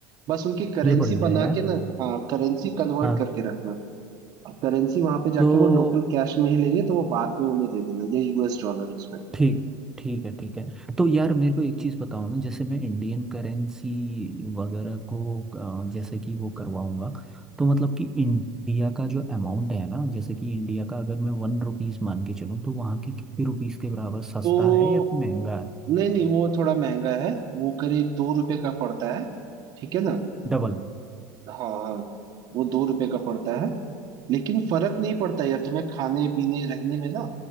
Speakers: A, on the right; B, in the centre.
A: बस उनकी करेंसी
B: ये बढ़िया
A: बना
B: है यार
A: के ना हाँ करेंसी कन्वर्ट
B: हाँ
A: करके रखना और करेंसी वहां पे जाके
B: तो
A: वो लोकल कैश में ही लेंगे तो वो बाद में उन्हें दे देना या यूएस डॉलर उसमें
B: ठीक ठीक है ठीक है तो यार मेरे को एक चीज़ बताओ ना जैसे मैं इंडियन करेंसी वगैरह को अ, जैसे कि वो करवाऊंगा तो मतलब कि इंडिया का जो अमाउंट है ना जैसे कि इंडिया का अगर मैं वन रुपीज़ मान के चलूँ तो वहाँ के कितने रुपीज़ के बराबर सस्ता
A: तो
B: है या फिर महंगा है
A: नहीं नहीं वो थोड़ा महंगा है वो करीब दो रुपए का पड़ता है ठीक है ना
B: डबल
A: हाँ हाँ वो दो रुपए का पड़ता है लेकिन फर्क नहीं पड़ता यार तुम्हें खाने पीने रहने में ना